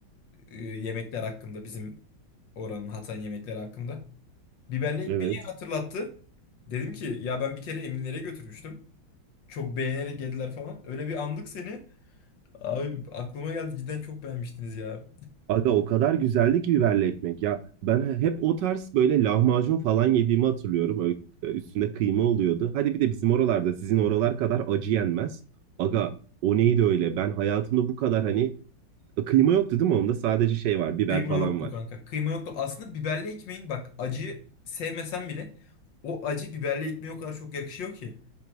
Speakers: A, on the left; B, on the right.
A: E, yemekler hakkında bizim oranın Hatay'ın yemekleri hakkında. Biberli ekmeği
B: Evet.
A: hatırlattı. Dedim ki ya ben bir kere Eminlere götürmüştüm. Çok beğenerek yediler falan. Öyle bir andık seni. Abi aklıma geldi cidden çok beğenmiştiniz ya.
B: Aga o kadar güzeldi ki biberli ekmek. Ya ben he- hep o tarz böyle lahmacun falan yediğimi hatırlıyorum. Öyle e, üstünde kıyma oluyordu. Hadi bir de bizim oralarda sizin oralar kadar acı yenmez. Aga o neydi öyle? Ben hayatımda bu kadar hani e, kıyma yoktu değil mi? Onda sadece şey var, biber
A: Kıyma
B: falan
A: yoktu
B: var.
A: kanka. Kıyma yoktu. Aslında biberli ekmeğin bak acı sevmesen bile o acı biberli ekmeğe o kadar çok yakışıyor ki.